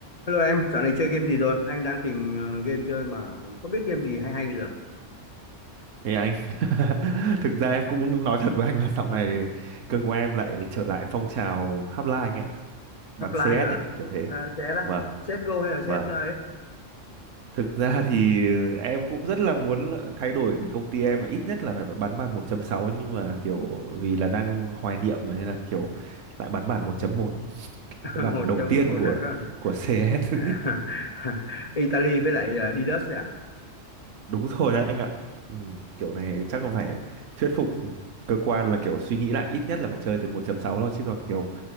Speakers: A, on the left (about 35°); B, on the right (about 80°).
A: Hello em, dạo này chơi game gì rồi? Anh đang tìm ờ, game chơi mà không biết game gì hay hay bây giờ.
B: Thì anh <laughs> Thực ra em cũng nói thật với anh là dạo này cơ của em lại trở lại phong trào hotline anh ạ, bắn
A: Half-Life
B: CS ấy,
A: rồi à?
B: kiểu thế.
A: à sẽ đó.
B: Vâng,
A: CSGO hay là CS
B: vâng.
A: ấy?
B: Thực ra thì em cũng rất là muốn là thay đổi công ty em là ít nhất là phải bắn bàn một chấm sáu nhưng mà kiểu vì là đang hoài niệm mà nên là kiểu lại bắn bàn một chấm một
A: <laughs>
B: cái bản
A: Một
B: đầu
A: chống
B: tiên
A: một
B: của
A: là cơ.
B: của CS.
A: <laughs> Italy với lại uh, Didus đấy à?
B: <laughs> Đúng rồi đấy anh ạ. Ừ, kiểu này chắc là phải thuyết phục cơ quan là kiểu suy nghĩ lại ít nhất là phải chơi từ một chấm sáu thôi chứ còn kiểu